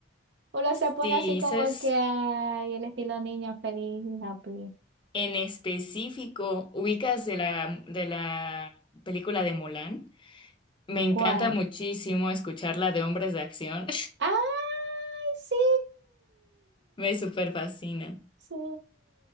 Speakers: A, on the right (about 65°); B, on the left (about 25°).
A: Uno
B: Sí,
A: se pone así como
B: sabes,
A: que ay, el estilo niño feliz, happy.
B: en específico, ubicas de la, de la película de Mulan. Me encanta
A: ¿Cuál?
B: muchísimo escucharla de hombres de acción,
A: ¡Ay, sí!
B: <laughs> me súper fascina.
A: Sí,